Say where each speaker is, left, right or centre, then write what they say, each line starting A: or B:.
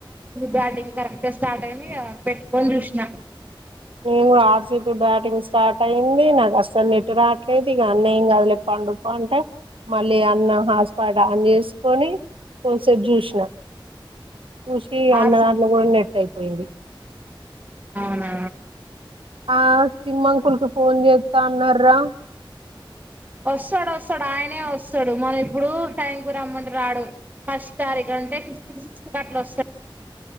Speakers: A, on the right (about 20°); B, on the right (about 80°).
A: బ్యాటింగ్ కరెక్ట్ గా స్టార్ట్ అయింది పెట్టుకని చూసిన
B: నేను కూడా ఆర్సీపీ బ్యాటింగ్ స్టార్ట్ అయింది నాకు అసలు నెట్ రాట్లేదు, ఇక అన్న ఏం కాదు దులే పండుకో అంటే మళ్ళీ అన్న హాట్ స్పాట్ ఆన్ చేసుకొని కొంచంసేపు చూసినా ఖుషీ, అన్న
A: ఆర్సి
B: దాంట్లో కూడా నెట్ అయిపోయింది
A: అవునా
B: ఆ సినిమా. అంకుల్కి ఫోన్ చేస్తా అన్న రా
A: వస్తాడు వస్తాడు ఆయనే వస్తాడు మనం ఇప్పుడు టైం కు రమ్మంటే రాడు, ఫస్ట్ తారీఖ అంటే ఫిఫ్త్, సిక్స్ అట్లా వస్తాడు